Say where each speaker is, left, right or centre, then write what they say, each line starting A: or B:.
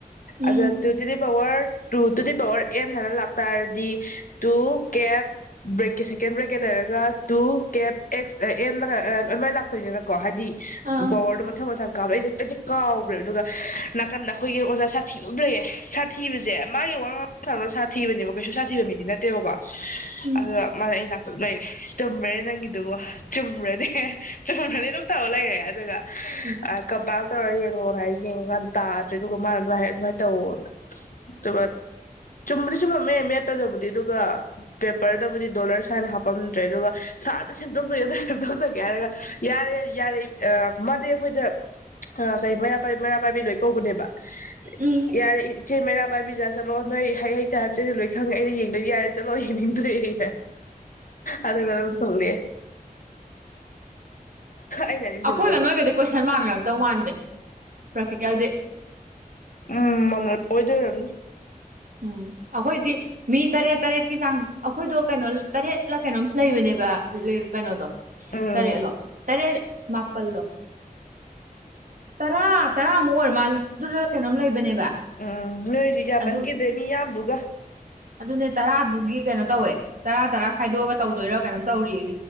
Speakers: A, on the right (about 65°); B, on the left (about 65°).
A: ꯎꯝ
B: ꯑ ꯗ ꯇꯨ ꯇꯨ ꯗꯤ ꯄꯕꯔ ꯇ ꯇꯨꯗꯤ ꯔ ꯑꯦꯟ ꯍꯥꯏꯅ ꯂꯥꯛꯇꯥꯔꯗꯤ ꯇꯨ ꯀꯦꯞ ꯕ꯭ꯔꯦꯛꯀꯤ ꯁꯦꯀꯦꯟ ꯕ꯭ꯔꯦꯛꯀꯦꯠ ꯂꯩꯔꯒ ꯇꯨ ꯀꯦꯞ ꯑꯦꯛꯁ ꯑꯦꯟ ꯑꯗꯨꯃꯥꯏꯅ ꯂꯥꯛꯇꯣꯏꯅꯤꯅꯀꯣ ꯍꯥꯏꯗꯤ
A: ꯑꯥ
B: ꯄꯥꯋꯔ ꯗꯨ ꯃꯊꯪ - ꯃꯊꯪ ꯫ ꯀꯥꯞ ꯑꯩꯁꯦ ꯀꯩꯗꯤ ꯀꯥꯎꯈ꯭ꯔꯦꯕ ꯑꯗꯨꯒ ꯅꯥꯀꯟꯗ ꯑꯩꯈꯣꯏꯒꯤ ꯑꯣꯖꯥ ꯁꯥꯊꯤꯕ ꯂꯩꯌꯦ ꯁꯥꯊꯤꯕꯁꯦ ꯃꯥꯒꯤ ꯋꯥꯥꯡꯥꯡꯅꯕ ꯁꯥꯊꯤꯕꯅꯦꯕ ꯀꯩꯁꯨ ꯁꯥꯊꯤꯕ ꯃꯤꯗꯤ ꯅꯠꯇꯦꯕꯀꯣ
A: ꯎꯝ
B: ꯑꯗꯨꯗ ꯃ ꯂꯩꯔꯦ ꯆꯨꯝꯕꯦ ꯅꯪꯒꯤꯗꯨꯕꯣ ꯆꯨꯝꯕ꯭ꯔꯅꯦ ꯆꯨꯝꯃꯅꯤ ꯑꯗꯨꯝ ꯇꯧ ꯂꯩꯔꯦ ꯑꯗꯨꯒ
A: ꯎꯝ
B: ꯀꯝꯄꯥꯛ ꯇ ꯌꯦꯒꯔ ꯍꯥꯏꯒ ꯌꯦ ꯇꯥꯗ꯭ꯔꯦ ꯑꯗꯨꯒ ꯃꯥꯅ ꯥꯏꯔ ꯑꯗꯨꯃꯥꯏꯅ ꯇꯧꯋꯅ ꯑꯗꯨꯒ ꯆꯨꯝꯕꯗꯤ ꯆꯨꯝꯃꯝꯃꯦ ꯃꯦꯠꯇꯗꯕꯨꯗꯤ ꯑꯗꯨꯒ ꯄꯦꯄꯔꯗꯕꯨꯗꯤ ꯗꯣꯂꯔ ꯁꯨꯥꯏꯅ ꯍꯥꯞꯄꯝꯗ꯭ꯔꯦ ꯑꯗꯨꯒ ꯁꯥꯔꯗ ꯁꯦꯝꯗꯣꯛꯆꯒꯦ ꯑꯗꯨ ꯁꯦꯝꯗꯣꯛꯆꯒꯦ ꯍꯥꯏꯔꯒ ꯌꯥꯔꯦ ꯌꯥꯔꯦ ꯃꯥꯗꯤ ꯑꯩꯈꯣꯏꯗ ꯀꯩ ꯃꯩꯔꯥ ꯄꯥꯏꯕꯤ ꯃꯩꯔꯥ ꯄꯥꯏ ꯀꯧꯕꯅꯦꯕ
A: ꯎꯝ
B: ꯌꯥꯔꯦ ꯏꯆꯦ ꯃꯔꯥ ꯕꯥꯥꯏ ꯕꯤꯖꯥ ꯆꯠꯂꯣ ꯅꯣꯏ ꯍꯩ ꯍꯩꯇꯦ ꯍꯥꯏꯕ ꯆꯗꯤ ꯂꯣꯏ ꯈꯪꯉꯦ ꯑꯩꯅ ꯌꯦꯡꯗꯣꯏ ꯌꯥꯔꯦ ꯆꯠꯂꯣ ꯌꯦꯡꯅꯤꯡꯗ꯭ꯔꯦꯦ ꯑꯗꯨ ꯔ ꯆꯉꯂꯦ ꯑꯩꯅ ꯆꯨꯝꯂꯦ
A: ꯑꯩꯈꯣꯏꯒ ꯅꯣꯏꯒꯗꯤ ꯀꯣꯏꯁꯟ ꯃꯥꯟꯅꯔꯛꯇꯧ ꯃꯥꯟꯗꯦ ꯄ꯭ꯔꯥꯛꯇꯤꯀꯦꯜꯗꯤ
B: ꯎꯝ ꯃ ꯑꯣꯏꯗꯔꯅꯤ
A: ꯎꯝ ꯑꯩꯈꯣꯏꯗꯤ ꯃꯤ ꯇꯔꯦꯠ ꯇꯔꯦꯠꯀꯤ ꯆꯥꯡ ꯑꯩꯈꯣꯏꯗꯣ ꯀꯩꯅꯣ ꯇꯔꯦꯠꯂ ꯀꯩꯅꯣꯝ ꯂꯩꯕꯅꯦꯕ ꯀꯩꯅꯣꯗꯣ
B: ꯎꯝ
A: ꯇꯔꯦꯠꯂꯣ ꯇꯔꯦꯠ ꯃꯥꯄꯜꯗꯣ ꯇꯔꯥ ꯇꯔꯥꯃꯨꯛ ꯑꯣꯏꯔ ꯃꯥꯜꯂꯤ ꯑꯗꯨꯗꯨꯅ ꯀꯩꯅꯣꯝ ꯂꯩꯕꯅꯦꯕ
B: ꯎꯝ ꯅꯣꯏꯁꯨ ꯌꯥ
A: ꯑꯗꯨ
B: ꯃꯟꯒ ꯦ ꯃꯤ ꯏꯌꯥꯝꯗꯨꯒ
A: ꯑꯗꯨꯅꯦ ꯇꯔꯥꯗꯨꯒꯤ ꯀꯩꯅꯣ ꯇꯧꯋꯦ ꯇꯔꯥ ꯇꯔꯥ ꯈꯥꯏꯗꯣꯛꯑꯒ ꯇꯧꯗꯣꯏꯔꯥ ꯀꯩꯅꯣ ꯇꯧꯔꯤ